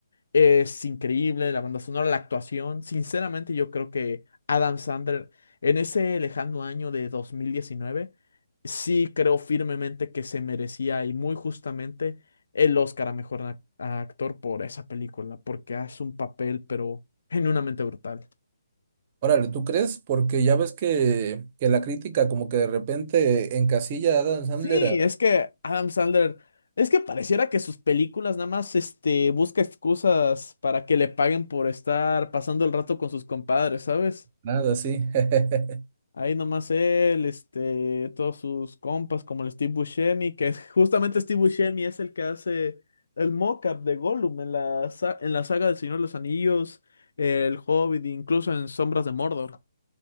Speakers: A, on the left; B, on the right.
A: Es increíble la banda sonora, la actuación. Sinceramente, yo creo que Adam Sandler, en ese lejano año de 2019 sí creo firmemente que se merecía y muy justamente el Oscar a mejor ac- a actor por esa película, porque hace un papel, pero genuinamente brutal.
B: Órale, ¿tú crees? Porque ya ves que, que la crítica como que de repente encasilla a Adam Sandler
A: Sí,
B: a
A: es que Adam Sandler, es que pareciera que sus películas nada más este, busca excusas para que le paguen por estar pasando el rato con sus compadres, ¿sabes?
B: nada, sí. <laughs>
A: Ahí nomás él, este, todos sus compas como el Steve Buscemi, que es- justamente Steve Buscemi es el que hace el mock-up de Gollum en la, sa- en la saga del Señor de los Anillos, El Hobbit, incluso en Sombras de Mordor.